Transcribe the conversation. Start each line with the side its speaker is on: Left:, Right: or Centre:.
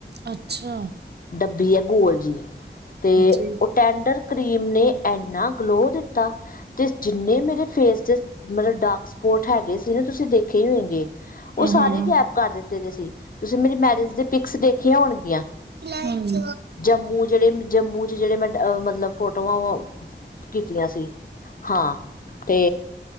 Right: ਅੱਛਾ।
Left: ਡੱਬੀ ਐ ਗੋਲ ਜੀ ਤੇ
Right: ਜੀ
Left: ਉਹ। ਟੈਂਡਰ ਕਰੀਮ ਨੇ ਐੰਨਾ ਗਲੋਅ ਦਿੱਤਾ। ਤੇ ਜਿੰਨੇ ਮੇਰੇ ਫੇਸ ਤੇ ਮਤਲਬ ਡਾਰਕ ਸਪੋਟ ਹੈਗੇ ਸੀ ਨਾ ਤੁਸੀਂ ਦੇਖੇ ਈ ਹੋਏਗੇ। ਓਹ
Right: ਹਾਂ
Left: ਸਾਰੇ ਈ ਗੈਪ ਕਰ ਦਿੱਤੇ ਦੇ ਸੀ। ਤੁਸੀਂ ਮੇਰੀ ਮੈਰਿਜ ਦੀਆਂ ਪਿਕਸ ਦੇਖੀਆਂ ਹੋਣਗੀਆਂ।
Right: ਹਾਂਜੀ।
Left: ਜੰਮੂ ਜਿਹੜੇ ਜਮੂ ਤੇ ਜਿਹੜੇ ਮੈਂ ਅ ਮਤਲਬ ਫੋਟੋਆਂ ਔ ਕੀਤੀਆਂ ਸੀ ਹਾਂ। ਤੇ